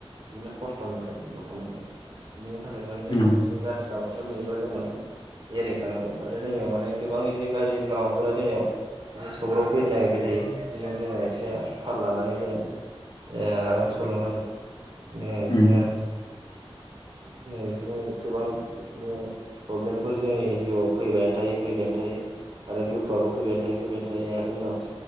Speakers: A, on the right; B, on the left.
A: बिदिनो खस्थ' मोनगोन दुखु मोनगोन बिनि थाखायनो माने जोङो
B: नंगौ
A: एसे गाज्रि लामा फोर नुयोबा जों माने एरायखानांगौ आरो जोंनियाव माने गोबां बिदिनो दारि गोला फोरा जोंनियाव ए सौग्राव फैनो नागिरबाय थायो बिदिनो जोङो एसे थाल लानानै जोङो ए आराम सल' नांगोन जो बिदिनो
B: उम <inaudible>
A: जोङो बिदिनो गोबां बिदिनो प्रब्लेमफोर जोंनि जिउआव फैबायानो थायो फैबायानो थायो आरो दुखुआबो फैबाय थायो फैबायनो थायो आरो जोंनाव